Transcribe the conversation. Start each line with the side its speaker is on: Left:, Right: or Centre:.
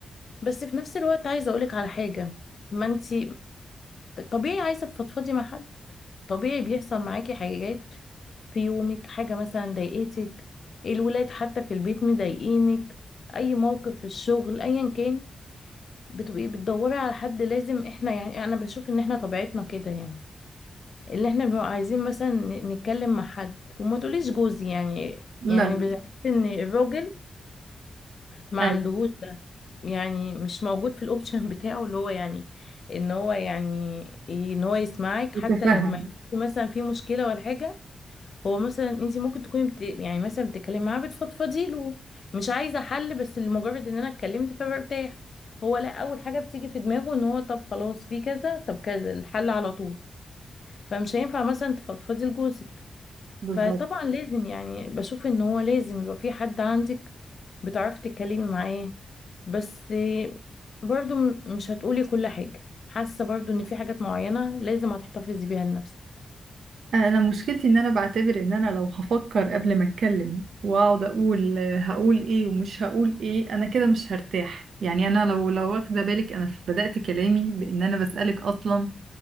Left: بس في نفس الوقت عايزة اقولك على حاجة ما انت طبيعي عايزة تفضفضي مع حد طبيعي بيحصل معاكي حاجات في يومك حاجة مثلا ضايقتك الولاد حتى في البيت مضايقينك اي موقف في الشغل ايا كان بتبقي بتدوري على حد لازم احنا يعني انا بشوف ان احنا طبيعتنا كده يعني اللي احنا بنبقى عايزين مثلا ن- نتكلم مع حد وما تقوليش جوزي يعني
Right: لا
Left: يعني بحس ان الراجل ما
Right: ايوه
Left: عندهوش ده يعني مش موجود في الاوبشن <laughs> بتاعه اللي هو يعني ان هو يعني إيه، ان هو يسمعك
Right: تتفهم
Left: حتى لما يكون في مثلا في مشكله ولا حاجه هو مثلا انت ممكن تكوني بت... يعني مثلا بتتكلمي معاه بتفضفضي له مش عايزه حل بس لمجرد ان انا اتكلمت فبرتاح هو لا اول حاجه بتيجي في دماغه ان هو طب خلاص في كذا طب كذا الحل على طول فمش هينفع مثلا تفضفضي لجوزك
Right: بالظبط
Left: فطبعا لازم يعني بشوف ان هو لازم يبقى في حد عندك بتعرفي تتكلمي معاه بس برضو م- مش هتقولي كل حاجة حاسة برضو ان في حاجات معينة لازم هتحتفظي بيها لنفسك
Right: انا مشكلتي ان انا بعتبر ان انا لو هفكر قبل ما اتكلم واقعد اقول آه، هقول ايه ومش هقول ايه انا كده مش هرتاح يعني انا لو لو واخده بالك انا ف- بدأت كلامي بان انا بسألك اصلا